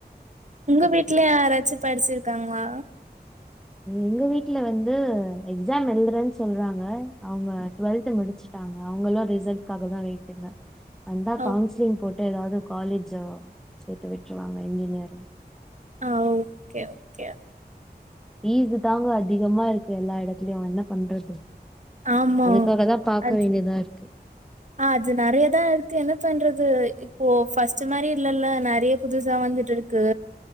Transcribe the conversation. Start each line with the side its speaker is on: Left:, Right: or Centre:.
Right: உங்க வீட்ல யாரச்சு படிச்சிருக்காங்களா
Centre: எங்க வீட்ல வந்து எக்ஸாம் எழுதுறேன்னு சொல்றாங்க அவங்க டுவெல்த் முடிச்சுட்டாங்க அவங்கல்லாம் ரிசல்ட்காகதான் வெயிட்டுங்க வந்தா
Right: ஓ
Centre: கவுன்சிலிங் போட்டு ஏதாவது காலேஜ சேத்து விட்டுருவாங்க இன்ஜினியரிங்
Right: ஆஹ் ஓகே ஓகே
Centre: ஃபீஸ் தாங்க அதிகமா இருக்கு எல்லா இடத்துலயும் என்ன பண்றது
Right: ஆமா
Centre: அதுக்காக தான் பாக்க
Right: ஆஹ்
Centre: வேண்டியதா இருக்கு.
Right: அது நிறையதான் இருக்கு என்ன பண்றது இப்போ பர்ஸ்ட் மாதிரி இல்லல்ல நிறைய புதுசா வந்துட்டு இருக்கு